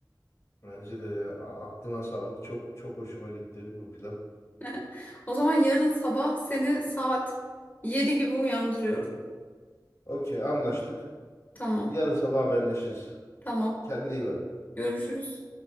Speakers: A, on the left; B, on the left.
A: Bence de ya a- aklına sağlık. Çok çok hoşuma gitti bu plan.
B: <laughs> O zaman yarın sabah seni saat 7 gibi uyandırıyorum.
A: Okey, anlaştık.
B: Tamam.
A: Yarın sabah haberleşiriz.
B: Tamam.
A: Kendine iyi bak.
B: Görüşürüz.